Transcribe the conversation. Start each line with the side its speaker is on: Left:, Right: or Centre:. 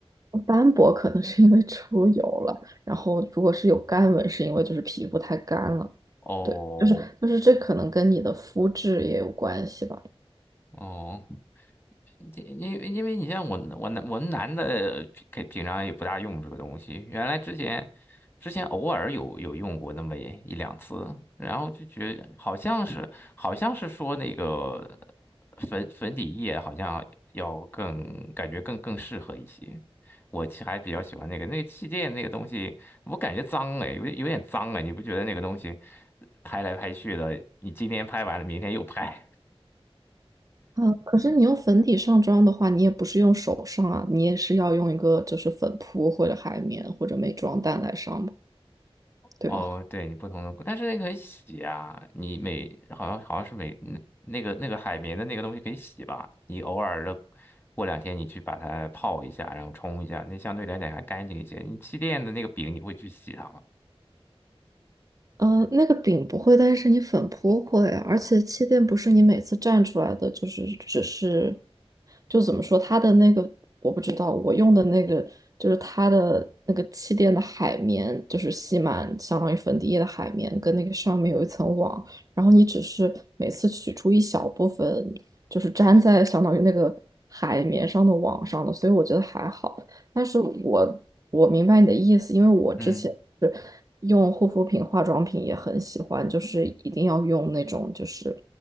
Right: 斑驳可能是因为出油了，然后如果是有干纹，是因为就是皮肤太干了。
Left: <laughs> 哦
Right: 对，就是就是这可能跟你的肤质也有关系吧。
Left: 哦。因因因为你像我我男我们男的平平常也不大用这个东西，原来之前之前偶尔有有用过那么一一两次，然后就觉得好像是好像是说那个粉粉底液好像要更感觉更更适合一些，我其实还比较喜欢那个那个气垫那个东西，我感觉脏哎，有点有点脏哎，你不觉得那个东西拍来拍去的，你今天拍完了，明天又拍。
Right: 啊，可是你用粉底上妆的话，你也不是用手上啊，你也是要用一个就是粉扑或者海绵或者美妆蛋来上吧，对吧？
Left: 哦，对你不同的，但是那个可以洗啊，你每好像好像是每那那个那个海绵的那个东西可以洗吧，你偶尔的过两天你去把它泡一下，然后冲一下，那相对来讲还干净一些。你气垫的那个饼你会去洗它吗？
Right: 呃，那个饼不会，但是你粉扑会，而且气垫不是你每次蘸出来的，就是只是，就怎么说，它的那个我不知道，我用的那个就是它的那个气垫的海绵，就是吸满相当于粉底液的海绵，跟那个上面有一层网，然后你只是每次取出一小部分，就是粘在相当于那个海绵上的网上的，所以我觉得还好。但是我我明白你的意思，因为我之前是用护肤品、
Left: 嗯，
Right: 化妆品也很喜欢，就是一定要用那种就是